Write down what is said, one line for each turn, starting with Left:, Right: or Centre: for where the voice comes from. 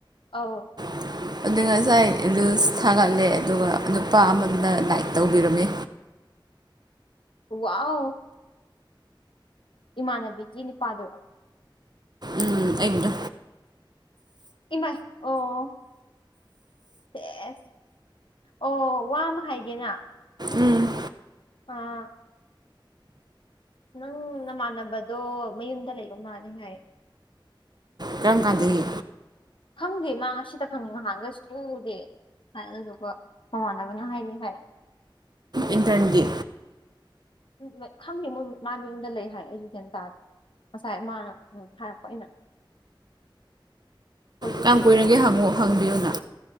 Left: ꯑꯧ
Right: <inaudible> ꯑꯗꯨ ꯉꯁꯥꯏ ꯔꯤꯜꯁ ꯊꯥꯒꯠꯂꯦ ꯑꯗꯨꯒ ꯅꯨꯄꯥ ꯑꯃꯗꯨꯅ ꯂꯥꯏꯛ ꯇꯧꯕꯤꯔꯝꯃꯤ
Left: ꯋꯥꯎ ꯏꯃꯥꯟꯅꯕꯤꯒꯤ ꯅꯨꯄꯥꯗꯨꯔꯣ
Right: ꯎꯝ ꯑꯩꯒꯤꯗꯣ
Left: ꯏꯃꯥꯏ ꯑꯣ ꯁꯦꯁ ꯑꯣ ꯋꯥ ꯑꯃ ꯍꯥꯏꯒꯦꯅ
Right: ꯎꯝ
Left: ꯑꯥ ꯅꯪ ꯅꯃꯥꯟꯅꯕꯗꯣ ꯃꯌꯨꯝꯗ ꯂꯩꯕ ꯃꯥꯜꯂꯦ ꯍꯥꯏꯌꯦ
Right: ꯀꯔꯝꯀꯥꯟꯗꯒꯤ
Left: ꯈꯪꯗꯦ ꯃꯥ ꯉꯁꯤꯇ ꯈꯪꯉꯤ ꯅꯍꯥꯟꯒꯩ ꯁꯨꯡꯎ ꯎꯗꯦ ꯍꯥꯏ ꯑꯗꯨꯗꯨꯒ ꯃꯃꯥꯟꯅꯕꯅ ꯍꯥꯏꯅꯤ ꯍꯥꯏ
Right: ꯏꯟꯇꯔ꯭ꯟ ꯗꯤ
Left: ꯗꯨꯅꯦ ꯈꯪꯗꯦ ꯃꯣꯏ ꯃꯥꯖꯨ ꯌꯨꯝꯗ ꯂꯩ ꯍꯥꯏ ꯑꯩꯖꯨ ꯒꯌ꯭ꯥꯟ ꯇꯥꯗꯦ ꯉꯁꯥꯏ ꯃꯥꯅ ꯎꯝ ꯍꯥꯏꯔꯛꯄ ꯑꯩꯅ ꯍꯧꯖꯤꯛ
Right: ꯀꯌꯥꯝ ꯀꯨꯏꯔꯒꯦ
Left: ꯉꯥꯏꯍꯥꯛꯀꯤ
Right: ꯍꯪꯉꯣ ꯍꯪꯕꯤꯌꯨꯅ